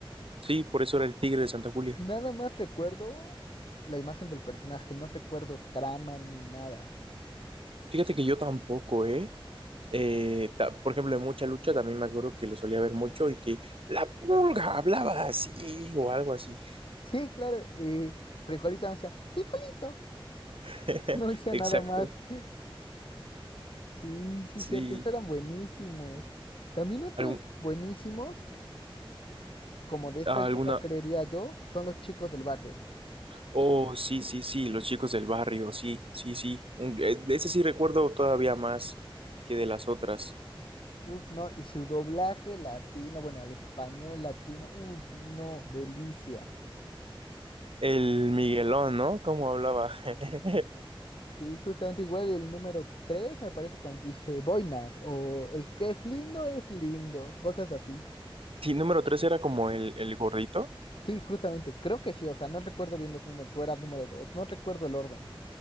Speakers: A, on the right; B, on the left.
A: Sí, por eso era el Tigre de Santa Julia.
B: Nada más recuerdo la imagen del personaje, no recuerdo trama ni nada.
A: Fíjate que yo tampoco, ¿eh? Eh, ta- por ejemplo, en mucha lucha también me acuerdo que lo solía ver mucho y que la pulga hablaba así o algo así.
B: Sí, claro, y Frijolito no decía, Frijolito,
A: <laughs>
B: <laughs> no decía
A: Exacto.
B: nada más. Sí, sí,
A: Sí.
B: cierto, esos eran buenísimos. También otros
A: Algún-
B: buenísimos, como de esta
A: alguna...
B: época creería yo, son los chicos del barrio.
A: Oh, sí, sí, sí, los chicos del barrio, sí, sí, sí. Un- eh, de ese sí recuerdo todavía más que de las otras.
B: Uf, no, y su doblaje latino, bueno, al español latino, uf, no, delicia.
A: El Miguelón, ¿no? ¿Cómo hablaba? <laughs>
B: Sí, justamente igual el número 3 me parece cuando dice boinas o el que es lindo es lindo, cosas así.
A: Sí, número tres era como el, el gordito.
B: Sí, justamente, creo que sí, o sea, no recuerdo bien los números, o era número 2 no recuerdo el orden.